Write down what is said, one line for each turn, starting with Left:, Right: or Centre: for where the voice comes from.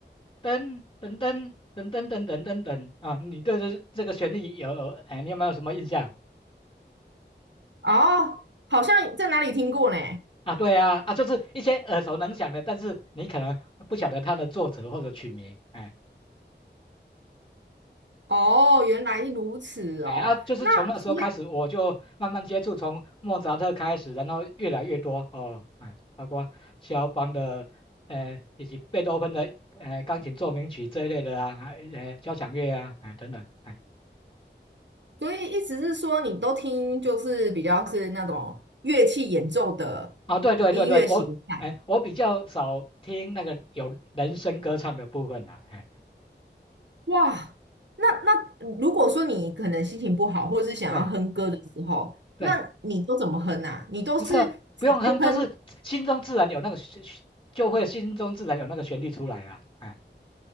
Left: 噔噔噔噔噔噔噔噔噔啊，你对这这个旋律有，哎，你有没有什么印象？
Right: 哦，好像在哪里听过呢？
Left: 啊，对啊，啊，就是一些耳熟能详的，但是你可能不晓得它的作者或者曲名，哎
Right: 哦，原来如此哦。
Left: 哎啊，就是从那时候开始，
Right: 那除
Left: 我就慢慢接触，从莫扎特开始，然后越来越多哦，哎，包括肖邦的，呃，以及贝多芬的，呃，钢琴奏鸣曲这一类的啊，呃，交响乐啊，哎，等等，哎，
Right: 所以意思是说，你都听就是比较是那种乐器演奏的
Left: 哦，对对对对，
Right: 音乐形态。
Left: 我，哎，我比较少听那个有人声歌唱的部分了，哎，
Right: 哇，那那如果说你可能心情不好，或者是想要哼歌的时候，
Left: 对
Right: 那你都怎么哼啊？
Left: 对。
Right: 你都是直接哼？
Left: 不是啊不用哼，就是心中自然有那个旋就会心中自然有那个旋律出来啊，哎